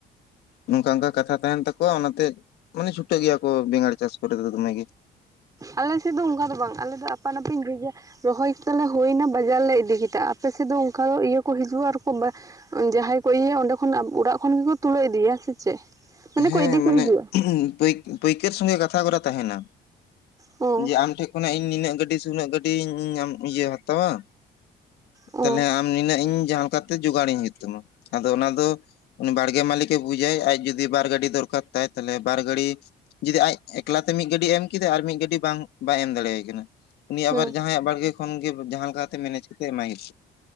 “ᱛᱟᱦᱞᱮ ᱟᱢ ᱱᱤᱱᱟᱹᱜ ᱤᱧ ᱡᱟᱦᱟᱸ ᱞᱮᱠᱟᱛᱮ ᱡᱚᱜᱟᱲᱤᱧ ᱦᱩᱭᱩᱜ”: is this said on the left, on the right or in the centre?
Left